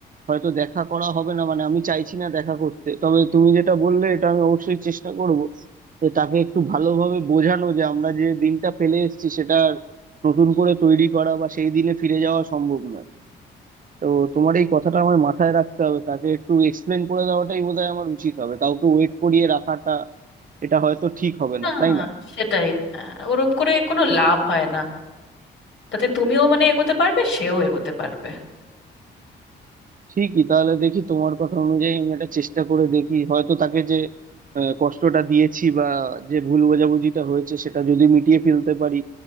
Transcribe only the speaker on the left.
হ্যাঁ
সেটাই হ্যাঁ, ওরম করে কোনো লাভ হয় না তাতে তুমিও মানে এগোতে পারবে সেও এগোতে পারবে